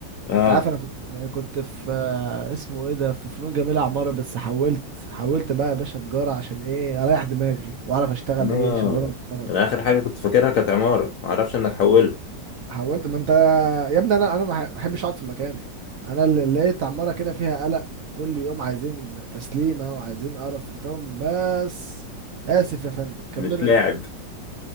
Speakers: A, on the left; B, on the right.
A: اه
B: انت عارف انا كنت كنت في آه، اسمه ايه ده في فنون جميلة عمارة بس حولت حولت بقى يا باشا تجارة عشان ايه اريح دماغي واعرف اشتغل
A: اه
B: ايه شغلانة محترمة
A: انا اخر حاجة كنت فاكرها كانت عمارة ما اعرفش انك حولت
B: حاولت ما انت يا ابني انا انا ما بحبش اقعد في مكاني انا اللي لقيت عماره كده فيها قلق كل يوم عايزين تسليمه وعايزين قرف قلت لهم بس اسف يا فندم كملوا
A: مش لاعب
B: انتوا